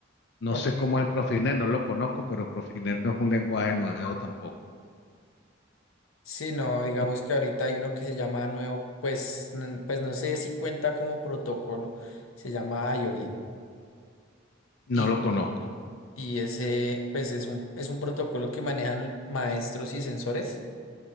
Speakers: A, on the left (about 55°); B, on the left (about 85°).
A: No
B: Ok.
A: sé cómo es el Profinet, no lo conozco, pero Profinet no es un lenguaje nuevo tampoco.
B: Sí, no, digamos
A: Tú-
B: que ahorita hay uno que se llama nuevo, pues, n- pues no sé si cuenta como protocolo, se llama io
A: no
B: Y,
A: lo conozco,
B: y ese, pues es un, es un protocolo que manejan maestros y sensores.